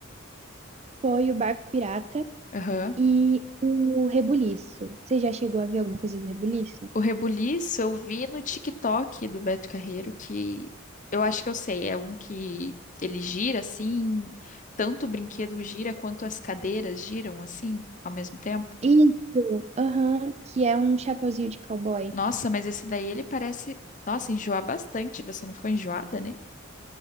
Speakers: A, on the right; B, on the left.
A: Foi o barco pirata
B: Aham.
A: e o rebuliço. Você já chegou a ver alguma coisa do rebuliço?
B: O Rebuliço eu vi no TikTok do Beto Carreiro, que eu acho que eu sei, é um que ele gira assim, tanto o brinquedo gira quanto as cadeiras giram assim ao mesmo tempo.
A: Isso, aham, que é um chapeuzinho de cowboy.
B: Nossa, mas esse daí ele parece, nossa, enjoar bastante. Você não ficou enjoada, né?